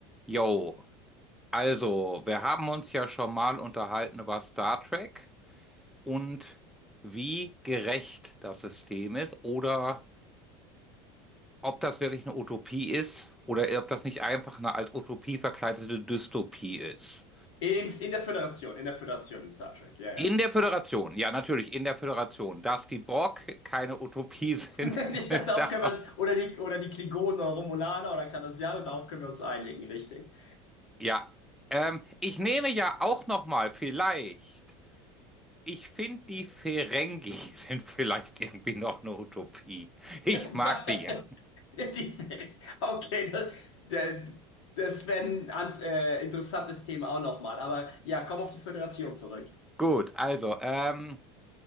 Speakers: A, in the centre; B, on the left.
A: Jo, also, wir haben uns ja schon mal unterhalten über Star Trek und wie gerecht das System ist oder ob das wirklich eine Utopie ist oder ob das nicht einfach eine als Utopie verkleidete Dystopie ist.
B: Ins, in der Föderation, in der Föderation in Star Trek, ja, ja.
A: In der Föderation, ja, natürlich, in der Föderation, dass die Borg keine Utopie sind,
B: <laughs>
A: <laughs>
B: Da- Darauf
A: da,
B: können wir, oder die, oder die Klingonen oder Romulaner oder Cardassianer, darauf können wir uns einigen, richtig.
A: ja. Ähm, ich nehme ja auch noch mal vielleicht. Ich finde, die Ferengi <laughs> sind vielleicht irgendwie noch eine Utopie.
B: <laughs>
A: Ich
B: Das-
A: mag die ja.
B: Die- Okay, das, der- das wäre ein an- äh, interessantes Thema auch nochmal, aber ja, komm auf die Föderation zurück.
A: Gut, also, ähm,